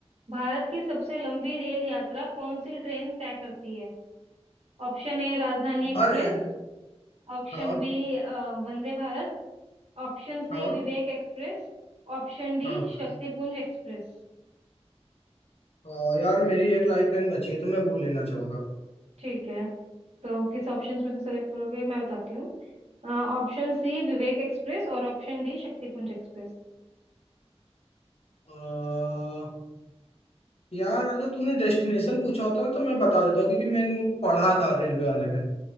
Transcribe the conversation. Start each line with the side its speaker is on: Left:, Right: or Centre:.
Right: भारत की सबसे लंबी रेल यात्रा कौन सी ट्रेन तय करती है Option A Rajdhani express
Left: और अ,
Right: Option
Left: हाँ
Right: B Vande Bharat Option
Left: हाँ
Right: C Vivek express Option D
Left: हाँ
Right: Shaktipunj express
Left: अ, यार मेरी एक लाइफ लाइन बची है तो मैं वो लेना चाहूंगा
Right: ठीक है तो किस ऑप्शंस में से सेलेक्ट करोगे मैं बताती हूँ ऑप्शन सी विवेक एक्सप्रेस और ऑप्शन डी शक्तिपुंज एक्सप्रेस
Left: अ, यार अगर तूने डेस्टिनेशन पूछा होता ना तो मैं बता देता क्योंकि मैंने वो पढ़ा था रेलवे वाले में